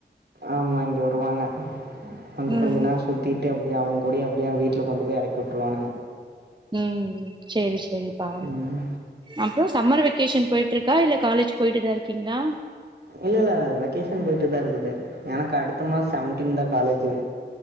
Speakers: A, on the right; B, on the right.
A: ஆமா இங்க வருவாங்க கொஞ்ச
B: ம்
A: கொஞ்ச நேர் சுத்திட்டு அப்டியே அவங்கூடயே அப்டியா வீட்டுல கொண்டு போய எறக்குட்டுருவானுங்க
B: ம் சேரி சேரிப்பா
A: ம்
B: அப்புறம் சம்மர் வெக்கேஷன் போயிட்ருக்கா இல்ல காலேஜ் போயிட்டுதா இருக்கீங்ளா
A: இல்ல இல்ல வெக்கேஷன் போயிட்டு தா இருக்குது எனக்கு அடுத்த மாஸ் செவன்டீன் தா காலேஜு